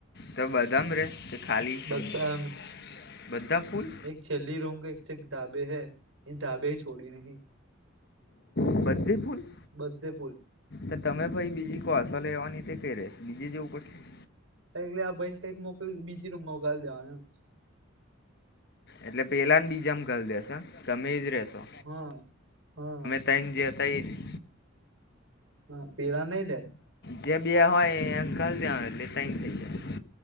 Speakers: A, on the left; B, on the right.
A: તો બધામાં રે કે ખાલી છે
B: બધા
A: અમુક, બધા ફૂલ?
B: ચલ્લી રૂમ કે એક એક ધાબે છે, એ ધાબે છોડી નહીં.
A: બધી પૂરી?
B: બધે ફૂલ.
A: તો તમે ભાઈ બીજી કોઈ અસો લેવાની તે ક રે બીજી જેવું પડશે?
B: એટલે આ ભાઈને કઈક મોકલી, બીજી રૂમમાં ઘાલી દેવાનું એમ
A: એટલે પેલા ને બીજામાં ઘાલી દેશે એમ, તમે એજ રેસો.
B: હા, હા.
A: તૈયાંન જે હતા એજ
B: હા, પીરાણઈ લે
A: જે બે હોય એને ઘાલી દેવાનો એટલે તૈયાંન થઈ જાય.